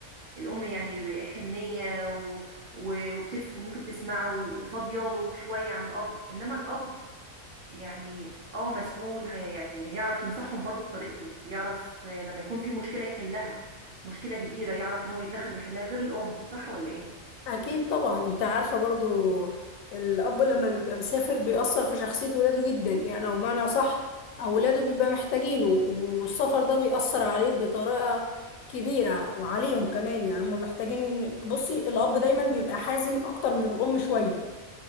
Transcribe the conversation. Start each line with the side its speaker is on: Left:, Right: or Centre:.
Right: الام يعني حنيه و... و- وبتف... وممكن تسمعه وفاضياله شويه عن الاب انما الاب يعني اه مسؤول هي- يعني هيعرف ينصحهم برضو بطريقته يعرف لما يكون في مشكله يحلها مشكله كبيره يعرف ان هو يتدخل ويحلها غير الام صح ولا ايه
Left: اكيد طبعا انت عارفه برضو الاب لما بيبقى مسافر بيأثر في شخصيه ولاده جدا يعني او بمعنى صح اولاده بيبقى محتاجينه والسفر ده بيأثر عليه بطريقه كبيره وعليهم كمان يعني هم محتاجين بصي الاب دايما بيبقى حازم اكتر من الام شويه